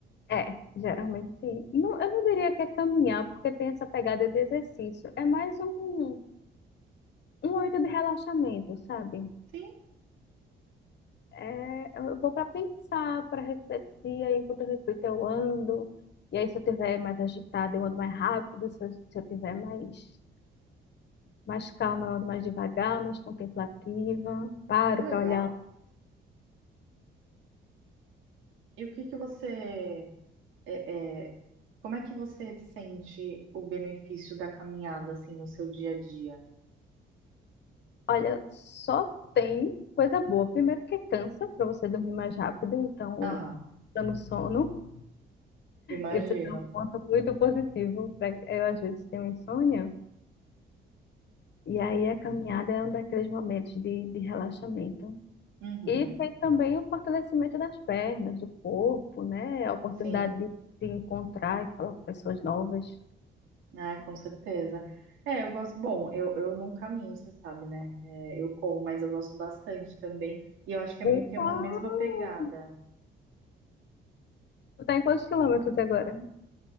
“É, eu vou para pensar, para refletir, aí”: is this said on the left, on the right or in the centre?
Left